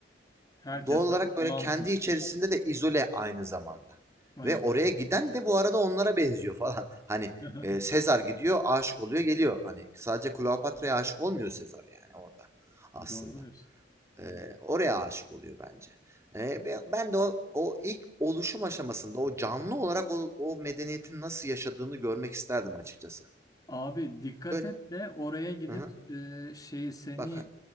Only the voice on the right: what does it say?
doğal olarak,
böyle, kendi içerisinde de izole aynı zamanda
ve oraya giden de bu arada onlara benziyor falan. <laughs> Hani,
eee, Sezar gidiyor, aşık oluyor, geliyor. Hani, sadece Kleopatra'ya aşık olmuyor Sezar yani orada aslında.
Eee,
oraya aşık oluyor bence. Eee, be ben de o o ilk oluşum aşamasında o canlı olarak o o medeniyetin nasıl yaşadığını görmek isterdim açıkçası.
Böyle
Hı hı.
Bak ha